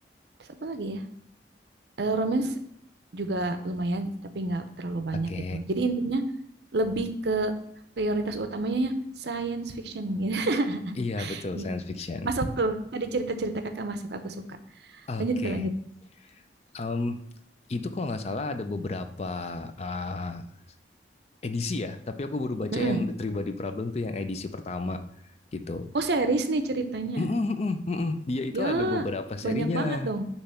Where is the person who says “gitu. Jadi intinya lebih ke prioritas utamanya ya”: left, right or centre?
Right